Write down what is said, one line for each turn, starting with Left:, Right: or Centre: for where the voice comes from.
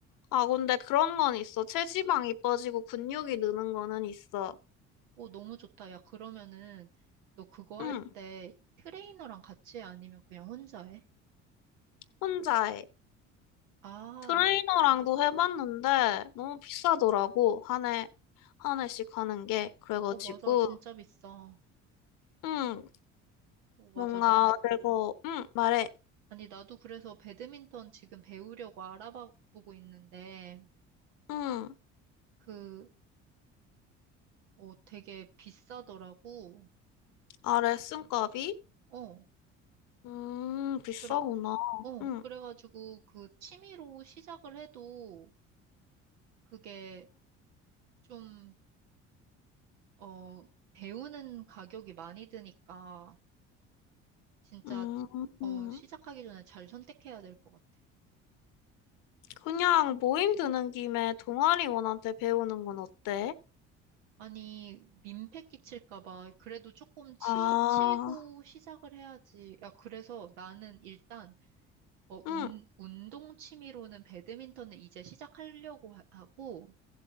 Left: 아, 근데 그런 건 있어. 체지방이 빠지고 근육이 느는 거는 있어.
Right: 오, 너무 좋다. 야, 그러면은 너 그거
Left: 응,
Right: 할 때 트레이너랑 같이 해? 아니면 그냥 혼자 해?
Left: 혼자 해.
Right: 아,
Left: 트레이너랑도 해봤는데 너무 비싸더라고. 한 해, 한 해씩 하는 게. 그래가지고.
Right: 어, 맞아. 진짜 비싸. 어,
Left: 응,
Right: 맞아.
Left: 뭔가
Right: 나,
Left: 내가 응 말해
Right: 아니, 나도 그래서 배드민턴 지금 배우려고 알아보고 있는데,
Left: 응
Right: 그, 어, 되게 비싸더라고.
Left: 아래 쓴값이
Right: 어,
Left: 음 비싸구나
Right: 그래, 어,
Left: 응
Right: 그래가지고 그 취미로 시작을 해도 그게 좀, 어, 배우는 가격이 많이 드니까 진짜,
Left: 음,
Right: 어,
Left: 음.
Right: 시작하기 전에 잘 선택해야 될 것 같아.
Left: 그냥 모임 드는 김에 동아리원한테 배우는 건 어때?
Right: 아니, 민폐 끼칠까 봐. 그래도 조금 치,
Left: 아,
Right: 치고 시작을 해야지. 야, 그래서 나는 일단, 어, 운,
Left: 응,
Right: 운동 취미로는 배드민턴을 이제 시작하려고 하- 하고,